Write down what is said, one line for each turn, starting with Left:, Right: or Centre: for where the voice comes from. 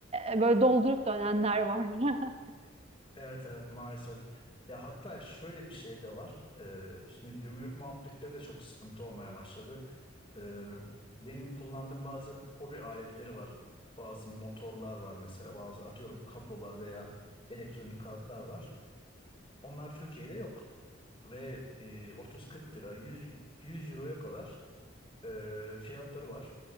Right: e, böyle doldurup dönenler var. <laughs>
Left: Evet evet maalesef. Ya hatta şöyle bir şey de var. Ee, şimdi gümrük muhabbetleri de çok sıkıntı olmaya başladı. Ee, benim kullandığım bazı hobi aletleri var. Bazı motorlar var mesela, bazı atıyorum kablolar veya elektronik kartlar var. Onlar Türkiye'de yok. Ve e, 30-40 lira, 100, 100 euroya kadar e, fiyatları var.